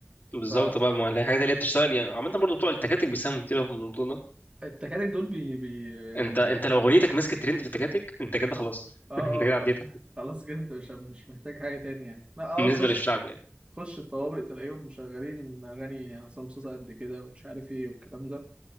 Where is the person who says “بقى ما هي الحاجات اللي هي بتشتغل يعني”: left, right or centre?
Left